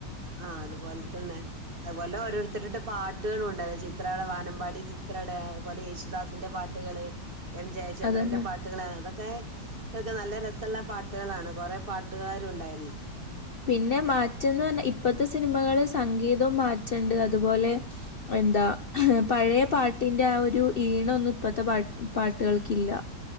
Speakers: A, on the right; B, on the left.
A: ആ അതുപോൽത്തല്ലെ. അതുപോലെ ഓരോരുത്തരുടെ പാട്ടുകള് ഒണ്ട്ലെ. ചിത്രടെ വാനമ്പാടി ചിത്രടെ അതുപോലെ യേശുദാസിന്റെ പാ പാട്ടുകള് എം ജയചന്ദ്രന്റെ
B: അതന്നെ
A: പാട്ടുകള് അതൊക്കെ ഇതൊക്കെ നല്ല രസള്ള പാട്ടുകളാണ്. കൊറെ പാട്ടുകാരും ഉണ്ടായിരുന്നു.
B: പിന്നെ മാറ്റന്ന് പറ്ഞ്ഞ ഇപ്പത്തെ സിനിമകള് സംഗീതോം മാറ്റണ്ട്. അതുപോലെ എന്താ പഴയ പാട്ടിന്റെ ആ ഒരു ഈണൊന്നും ഇപ്പത്തെ പാ പാട്ടുകൾക്കില്ല.